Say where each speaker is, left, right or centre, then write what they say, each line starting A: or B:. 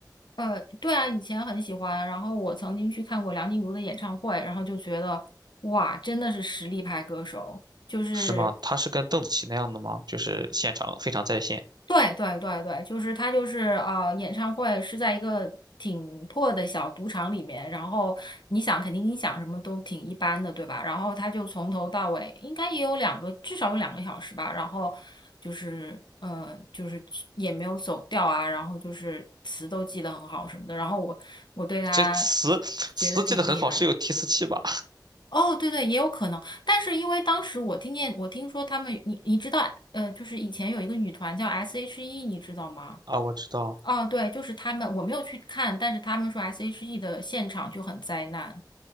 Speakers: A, on the left (about 80°); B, on the right (about 65°).
A: 呃，对啊，以前很喜欢，然后我曾经去看过梁静茹的演唱会，然后就觉得哇，真的是实力派歌手，就是
B: 是吗？他是跟邓紫棋那样的吗？就是现场非常在线，
A: 对对对对，就是他就是呃，演唱会是在一个挺破的小赌场里面，然后你想肯定音响什么都挺一般的，对吧？然后他就从头到尾应该也有两个，至少有两个小时吧。然后就是嗯，就是也没有走调啊，然后就是词都记得很好什么的。然后我我对他
B: 这词词记得很好，
A: 觉得挺厉害的。
B: 是有提词器吧？
A: 哦，对对，也有可能，但是因为当时我听见，我听说他们，你你知道，呃，就是以前有一个女团叫 S.H.E，你知道吗？
B: <laughs> 啊，我知道，
A: 哦，对，就是他们，我没有去看，但是他们说 S.H.E 的现场就很灾难